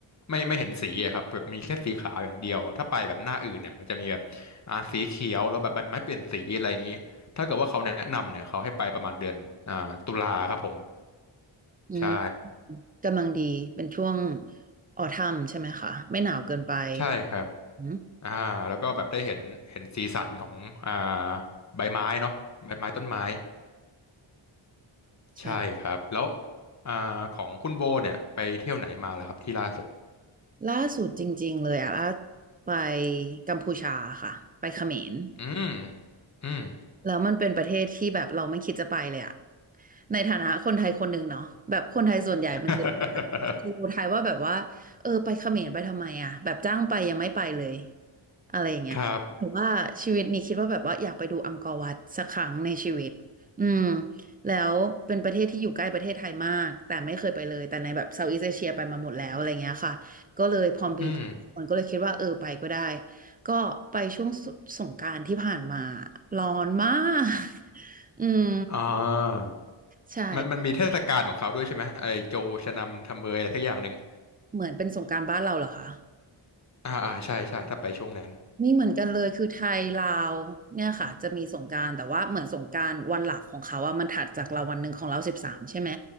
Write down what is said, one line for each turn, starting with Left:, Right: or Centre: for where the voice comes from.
Left: ไม่ไม่เห็นสีอะครับแบบมีแค่สีขาวอย่างเดียวถ้าไปแบบหน้าอื่นเนี่ยมันจะมีแบบอ่าสีเขียวแล้วแบบใบไม้เปลี่ยนสีอะไรอย่างงี้ ถ้าเกิดว่าเขาแนะนำเนี่ยเขาให้ไปประมาณเดือนอ่าตุลาครับผม
Right: อืม
Left: ใช่
Right: กำลังดีเป็นช่วงออทัมใช่ไหมคะไม่หนาวเกินไป
Left: ใช่ครับ
Right: อืม
Left: อ่าแล้วก็แบบได้เห็นเห็นสีสันของอ่าใบไม้เนาะใบไม้ต้นไม้
Right: ใช่
Left: ใช่ครับแล้วอ่าของคุณโบเนี่ยไปเที่ยวไหนมาแล้วครับที่ล่าสุด
Right: ล่าสุดจริงๆเลยอะล่าไปกัมพูชาค่ะไปเขมร
Left: อืมอืม
Right: แล้วมันเป็นประเทศที่แบบเราไม่คิดจะไปเลยอะในฐานะคนไทยคนหนึ่งเนาะแบบคนไทยส่วนใหญ่มันจะ
Left: <laughs>
Right: ดูไทยว่าแบบว่าเออไปเขมรไปทำไมอะแบบจ้างไปยังไม่ไปเลยอะไรอย่างเงี้ยแต่ว่าชีวิตนี้คิดว่าแบบว่าอยากไปดูอังกอร์วัดสักครั้งในชีวิตอืม
Left: ครับ
Right: แล้วเป็นประเทศที่อยู่ใกล้ประเทศไทยมากแต่ไม่เคยไปเลยแต่ในแบบเซาท์อีสเอเชียไปมาหมดแล้วอะไรเงี้ยค่ะก็เลยพอมี
Left: อืม
Right: มันก็เลยคิดว่าเออไปก็ได้ ก็ไปช่วงสสงกรานต์ที่ผ่านมาร้อนมาก <laughs> อืม
Left: อ่า
Right: ใช่
Left: มันมันมีเทศกาลของเขาด้วยใช่ไหมไอโจชะนำทำเบยอะไรสักอย่างหนึ่ง
Right: เหมือนเป็นสงกรานต์บ้านเราเหรอคะ
Left: อ่าอ่าใช่ใช่ถ้าไปช่วงนั้น
Right: นม่เหมือนกันเลยคือไทยลาวเนี่ยค่ะจะมีสงกรานต์แต่ว่าเหมือนสงกรานต์วันหลักของเขาอะมันถัดจากเราวันหนึ่งของเราสิบสามใช่ไหม